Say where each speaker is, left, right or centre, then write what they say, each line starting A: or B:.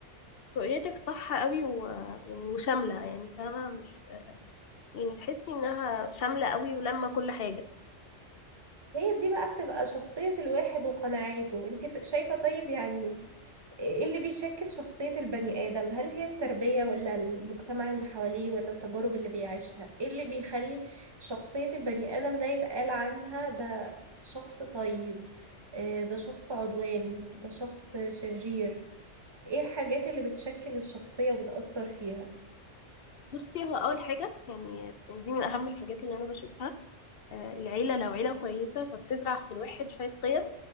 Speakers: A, on the left (about 60°); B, on the right (about 20°).
A: رؤيتك صح قوي و... وشاملة يعني فاهمة مش يعني تحسي انها شاملة قوي ولما كل حاجة
B: هي دي بقى بتبقى شخصية الواحد وقناعاته انت ف- شايفة طيب يعني ايه اللي بيشكل شخصية البني آدم هل هي التربية ولا المجتمع اللي حواليه ولا التجارب اللي بيعيشها ايه اللي بيخلي شخصية البني آدم ده يتقال عنها ده شخص طيب آه، ده شخص عدواني ده شخص شرير ايه الحاجات اللي بتشكل الشخصية وبتأثر فيها
A: بصي هو اول حاجة يعني دي من اهم الحاجات اللي انا بشوفها آه، العيلة لو عيلة كويسة فبتزرع في الواحد شوية قيم